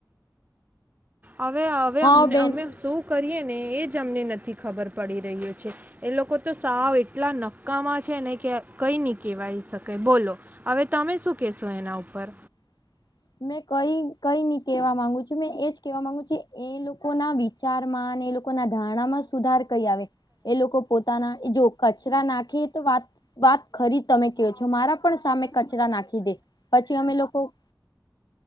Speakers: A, on the right (about 25°); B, on the left (about 70°).
A: હવે હવે
B: હા બેન
A: અમે શું કરીએ. ને એજ અમને નથી ખબર પડી રહ્યો છે, એ લોકો તો સાવ એટલા નક્કામાં છે ને. કઈ નની કેહેવાય શકે બોલો, હવે તમે શું કેશો એના ઉપર.
B: <inaudible> મેં કઈ કઈ નઈ કેવા માંગુ છું મેં એજ કેવા માંગુ છું એ લોકો ના વિચારમાં એ લોકો ના ધારણામાં સુધાર ક આવે, એ લોકો પોતાના જો કચરા નાખે તો વાત વાત ખરી તમે કયો છો મારા પણ સામે કચરા નાખી દે, પછી અમે લોકો